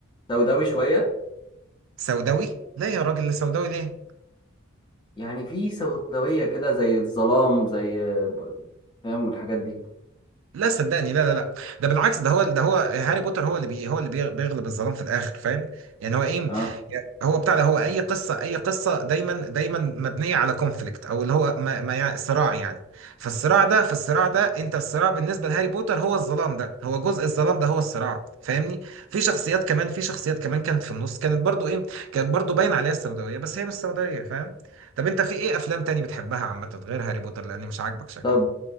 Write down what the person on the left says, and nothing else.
سوداوي شويه
يعني في سوداويه كده زي الظلام زي ب- فاهم الحاجات دي
اه
طب